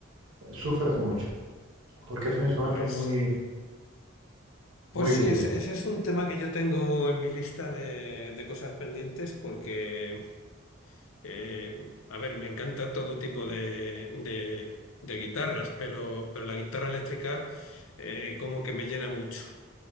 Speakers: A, on the right (about 75°); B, on the left (about 75°).
A: eh, sufres mucho, porque es un instrumento
B: Pues,
A: muy,
B: pues
A: muy
B: sí,
A: duro.
B: ese, ese es un tema que yo tengo en mi lista de, de cosas pendientes porque, eh, a ver, me encanta todo tipo de, de- de guitarras, pero, pero la guitarra eléctrica eh, como que me llena mucho.